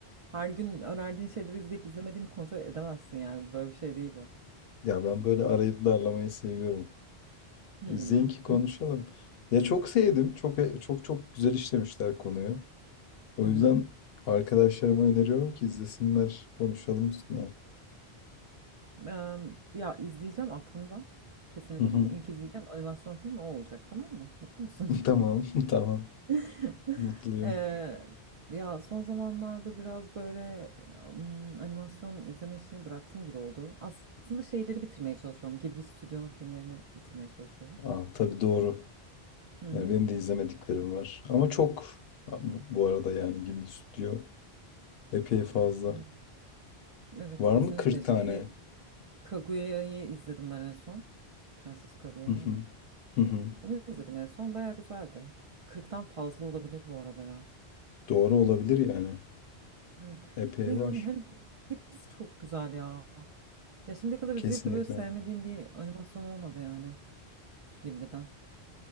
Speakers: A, on the right; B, on the left.
A: Her gün önerdiğin şeyleri izleyip izlemediğimi kontrol edemezsin yani. Böyle bir şey değil bu.
B: Ya ben böyle arayıp darlamayı seviyorum.
A: Hmm.
B: İzleyin ki konuşalım.
A: Hı
B: Ya çok sevdim. Çok çok çok güzel işlemişler konuyu. O
A: hı. hı.
B: yüzden arkadaşlarıma öneriyorum ki izlesinler. Konuşalım üstüne.
A: Em, ya izleyeceğim aklımda. Kesinlikle.
B: Hı hı.
A: İlk izleyeceğim animasyon filmi o olacak tamam mı? Mutlu musun?
B: <laughs> Tamam,
A: <laughs>
B: <laughs> tamam.
A: <laughs>
B: Mutluyum.
A: Eee, ya son zamanlarda biraz böyle mm, animasyon izleme işini bıraktım gibi oldu. Aslında şeyleri bitirmeye çalışıyorum. Ghibli Stüdyo'nun filmlerini bitirmeye çalışıyorum.
B: Aa, tabii doğru.
A: Hı
B: Yani
A: hı.
B: benim de izlemediklerim var. Ama çok bu bu arada yani Ghibli stüdyo epey fazla.
A: Evet, evet,
B: Var
A: kesinlikle.
B: mı Kırk
A: Şeyi
B: tane?
A: Kaguya'yı izledim ben en son. Prenses Kaguya
B: Hı hı.
A: var ya.
B: Hı hı.
A: Onu izledim en son. Bayağı güzeldi. Kırktan fazla olabilir bu arada ya.
B: Doğru olabilir yani.
A: Evet.
B: Epey
A: Ve yani
B: var.
A: her hepsi çok güzel ya. Ya şimdiye kadar
B: Kesinlikle.
A: izleyip de böyle sevmediğim bir animasyon olmadı yani Ghibli'den.